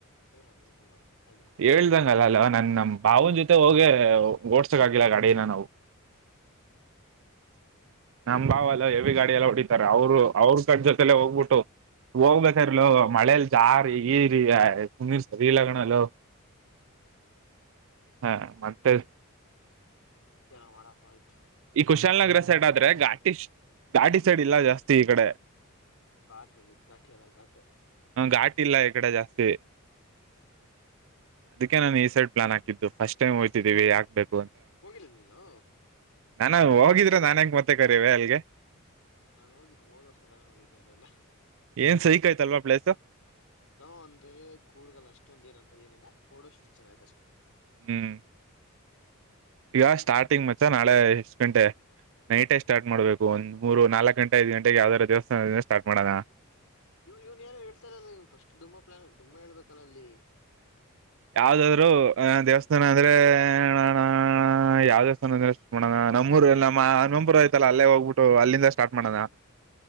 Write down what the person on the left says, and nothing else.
ಅಯ್ಯೋ ನಾನ್ ಹೊಡಿತೀನಿ ಬಾರೋ ತಲೆ ತಿನ್ಬೇಡ
ಹ್ಮ್
ಏನೂ ಮಾಡಪ್ಪ ಆಯ್ತು.
ಘಾಟ್ ಅದು ಘಾಟಿ ಎಲ್ಲ ಘಾಟ್ ಅದು.
ಹೋಗಿಲ್ಲ ನೀನು.
ನಾನ್ ಹೋಗಿದ್ದು ಹೋದ ವರ್ಷ ತಾನೇ ಹೋಗಿದ್ದೆ ಅಲ್ಲೆಲ್ಲಾ.
ನಾವು ಅಂದ್ರೆ ಕೂರ್ಗಲ್ ಅಷ್ಟೊಂದ ಏನಂತದ ಏನಿಲ್ಲ ಫೋಟೋ ಶೂಟ್ ಚೆನ್ನಾಗ್ ಆಯ್ತ್ ಅಷ್ಟೆ.
ಇವ ಇವ್ನ್ ಏನೋ ಹೇಳ್ತಾರಲ್ಲ ಇವನ್ ಫಸ್ಟ್ ಡುಮ್ಮಾ ಪ್ಲ್ಯಾನ್ ಡುಮ್ಮಾ ಹೇಳ್ಬೇಕಲ್ ಅಲ್ಲಿ.
ನಾನು